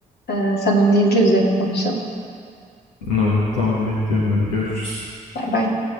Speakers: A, on the left (about 55°); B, on the left (about 80°).
A: Ee, sen onu izle üzerine konuşalım.
B: Ne olur tamam bekliyorum hadi görüşürüz.
A: Bay bay.